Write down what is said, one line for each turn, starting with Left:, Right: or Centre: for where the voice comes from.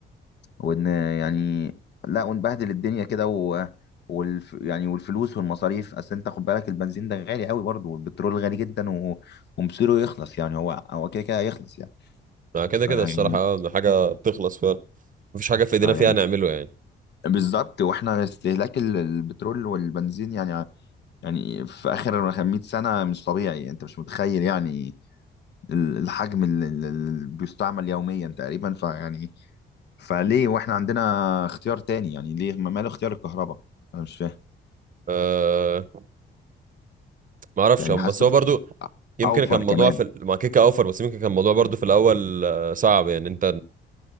Left: وان يعني لا ونبهدل الدنيا كده و... والف... يعني والفلوس والمصاريف اصل انت خد بالك البنزين ده غالي قوي برضه والبترول غالي جدا و... ومصيره يخلص يعني هو هو كده كده هيخلص يعني
Right: ما كده
Left: فيعني
Right: كده الصراحة آه، حاجة بتخلص فعلا مفيش حاجة في ايدينا
Left: فيعني
Right: فيها نعمله يعني
Left: بالظبط واحنا استهلاك ال- البترول والبنزين يعني يعني في اخر 100 سنه مش طبيعي انت مش متخيل يعني ال- الحجم اللي اللي بيستعمل يوميا تقريبا فيعني فليه واحنا عندنا اختيار تاني يعني ليه ما- ماله اختيار الكهرباء انا مش فاهم
Right: أه ما اعرفش
Left: يعني
Right: هم-
Left: حاسس
Right: بس هو برضو يمكن
Left: اوفر
Right: كان الموضوع
Left: كمان
Right: في ال- مع كيكا اوفر بس يمكن كان الموضوع برضو في الاول آه، صعب يعني انت